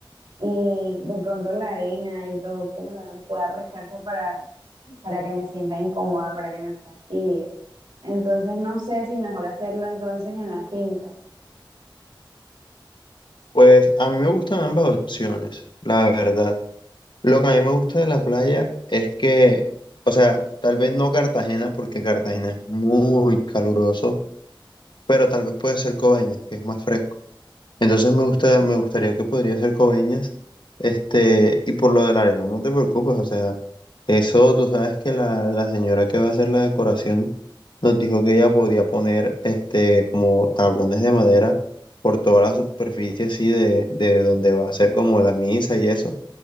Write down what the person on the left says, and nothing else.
Pues a mí me gustan ambas opciones, la verdad. Lo que a mí me gusta de la playa es que, o sea, tal vez no Cartagena, porque Cartagena es muy caluroso pero tal vez puede ser Coveñas, que es más fresco. Entonces me gusta, me gustaría que podría ser Coveñas, este, y por lo de la arena, no te preocupes, o sea, eso tú sabes que la, la señora que va a hacer la decoración nos dijo que ella podía poner, este, como tablones de madera por toda la superficie así de, de donde va a ser como la misa y eso,